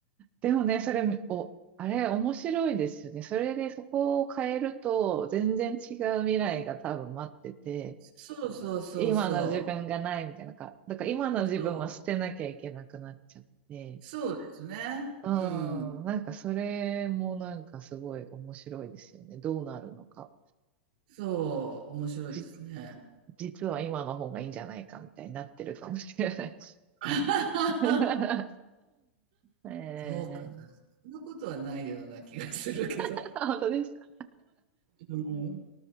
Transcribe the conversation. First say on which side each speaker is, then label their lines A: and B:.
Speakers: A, on the right; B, on the right.
A: でもね、それ、お、あれ、面白いですよね。それでそこを変えると、全然違う未来が多分待ってて、
B: そうそうそうそう。
A: 今の自分がないみたいなか、だから今の自分は捨てなきゃいけなくなっちゃって、
B: そう、そうですね。
A: う
B: うん。
A: ん、なんかそれもなんかすごい面白いですよね。どうなるのか。
B: そう、面白いですね。
A: じ、実は今の方がいいんじゃないかみたいになってるかもしれない。
B: <laughs>
A: <laughs> えー、
B: そうかな。そんなことはないような気がするけど。
A: <laughs> 本当ですか。
B: うん。